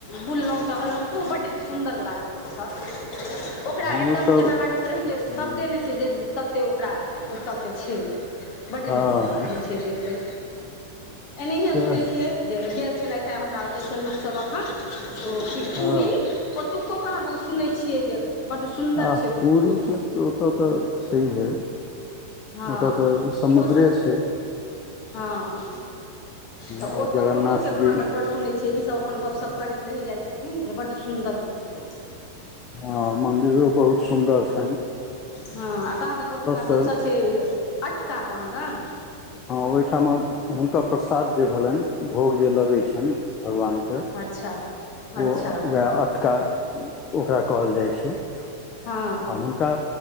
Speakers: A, on the left (about 50°); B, on the left (about 30°).
A: बुललहुँ टहलहुँ खूब खूब बड सुन्दर लागल ओ ओकरा
B: हमहुँ
A: एकदम
B: सब
A: जेना लागैत रहै छै
B: हूँ
A: शब्दे नहि छै जे तऽ ओकरा ओतऽके छै बड्ड
B: हँ
A: नीक लगैत रहैत छै देखै एनाहिये
B: सएह
A: सुनैत छियै जे गेल छलथि हे हमरा ओतयसँ लोकसभ एखन ओ पूरी
B: हँ
A: ओतुकोके कहाँ दन सुनै छियै जे बड्ड सुन्दर
B: आ
A: छै ओतुको
B: पुरी तऽ ओतय तऽ छैहे
A: हँ
B: ओतय तऽ समुद्रे
A: इहोसभ
B: छै
A: हँ तऽ
B: आओर
A: ओ ओतहु
B: जगन्नाथ
A: के कहान
B: जी
A: बड़ सुनैत छै ईसभ अपन गपशप करैत रहि जाइत छथिन जे बड्ड सुन्दर ओतुको
B: हँ मन्दिरो बहुत सुन्दर छै
A: हँ कहादन ओतुका
B: से
A: सबस छै अटका कहादन
B: हँ ओहिठाम हुनकर प्रसाद जे भेलनि भोग जे लगै छनि भगवान के
A: अच्छा अच्छा
B: ओ वएह अटका ओकरा कहल जाइ छै आ
A: हँ
B: हुनका